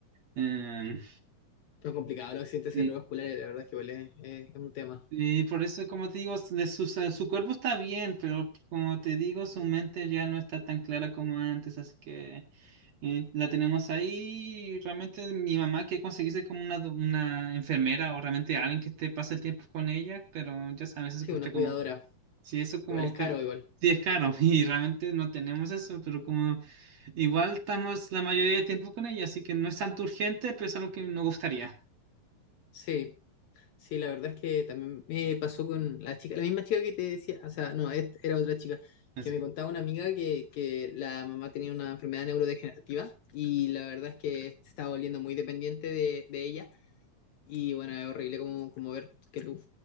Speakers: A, on the right; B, on the left.
A: em,
B: Lo complicado, los accidentes
A: sí,
B: cerebrovasculares, la verdad es que igual es, es- es un tema.
A: Y por eso, como te digo, de su, su cuerpo está bien, pero como te digo, su mente ya no está tan clara como antes, así que eh, la tenemos ahí. y Realmente mi mamá quiere conseguirse como una, do- una enfermera o realmente alguien que te pase el tiempo con ella, pero ya sabes, eso
B: Sí,
A: cuesta
B: una
A: como,
B: cuidadora.
A: sí, eso como
B: Igual es caro,
A: que,
B: igual.
A: sí es caro <laughs> y realmente no tenemos eso, pero como igual estamos la mayoría del tiempo con ella, así que no es tan urgente, pero es algo que nos gustaría.
B: Sí. Sí, la verdad es que también me pasó con la chica, la misma chica que te decía, o sea, no, es- era otra chica,
A: Así.
B: que me contaba una amiga que, que la mamá tenía una enfermedad neurodegenerativa y la verdad es que se estaba volviendo muy dependiente de, de ella y bueno, es horrible como, como ver que tu,